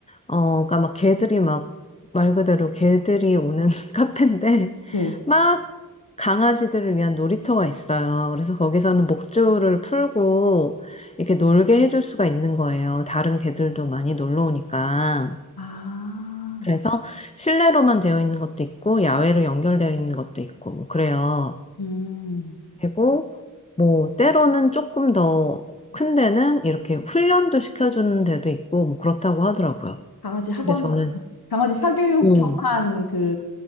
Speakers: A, on the left; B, on the left.
A: 어, 그러니까 막 개들이 막 말 그대로 개들이 오는 <laughs> 카페인데
B: 네.
A: 막 강아지들을 위한 놀이터가 있어요. 그래서 거기서는 목줄을 풀고 이렇게 놀게 해줄 수가 있는 거예요. 다른 개들도 많이 놀러 오니까.
B: 아,
A: 그래서 실내로만 되어 있는 것도 있고 야외로 연결되어 있는 것도 있고 뭐 그래요.
B: 음.
A: 그리고 뭐 때로는 조금 더 큰 데는 이렇게 훈련도 시켜주는 데도 있고 뭐 그렇다고 하더라고요.
B: 강아지 학원,
A: 근데 저는
B: 강아지 사교육
A: 음.
B: 겸한 그,